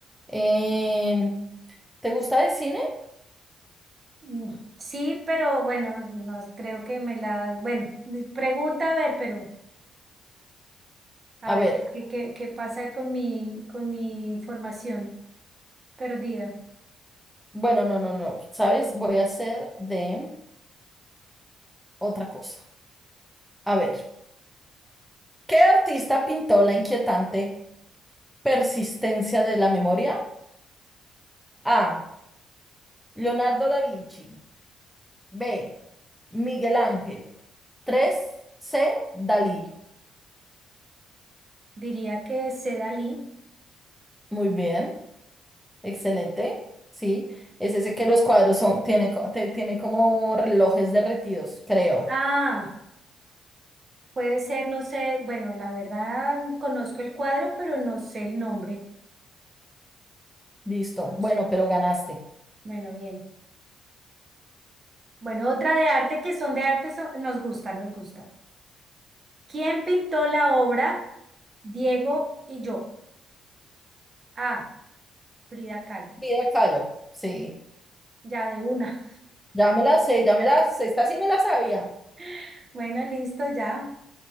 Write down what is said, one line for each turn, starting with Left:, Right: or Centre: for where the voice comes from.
Centre: Em, ¿te gusta el cine?
Right: Mm, Sí, pero bueno, no creo que me la... Bueno, mi pregunta a ver, pero a
Centre: A
Right: ver,
Centre: ver,
Right: ¿qué, qué, qué pasa con mi, con mi información perdida?
Centre: bueno, no, no, no, ¿sabes? Voy a hacer de otra cosa. A ver, ¿qué artista pintó la inquietante? Persistencia de la memoria. A. Leonardo da Vinci. B. Miguel Ángel. tres C. Dalí.
Right: Diría que es Dalí.
Centre: Muy bien, excelente. Sí, es ese que los cuadros son, tiene, co- te- tiene como relojes derretidos, creo.
Right: Ah, puede ser, no sé, bueno, la verdad conozco el cuadro, pero no sé el nombre.
Centre: Listo.
Right: No
Centre: Bueno,
Right: sé.
Centre: pero ganaste.
Right: Bueno, bien. Bueno, otra de arte que son de arte, son- nos gusta, nos gusta. ¿Quién pintó la obra? Diego y yo. Ah, Frida Kahlo.
Centre: Vida Kahlo. Sí.
Right: Ya de una.
Centre: Ya me la sé, ya me la sé. Esta sí me la sabía,
Right: <laughs> Bueno, listo, ya.